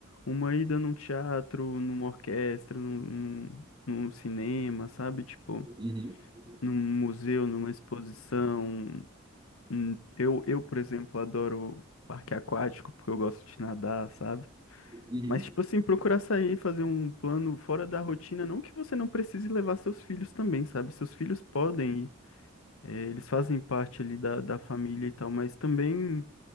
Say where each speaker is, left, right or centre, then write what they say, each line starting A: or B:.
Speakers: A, on the left; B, on the right.
A: uma ida num teatro, numa orquestra, num, num, num cinema, sabe? Tipo
B: Uhum, uhum,
A: num museu, numa exposição. Hum, Eu, eu, por exemplo, adoro parque aquático porque eu gosto de nadar, sabe?
B: uhum.
A: Mas, tipo assim, procurar sair, fazer um plano fora da rotina, não que você não precise levar seus filhos também, sabe? Seus filhos podem ir, eh, eles fazem parte ali da, da família e tal, mas também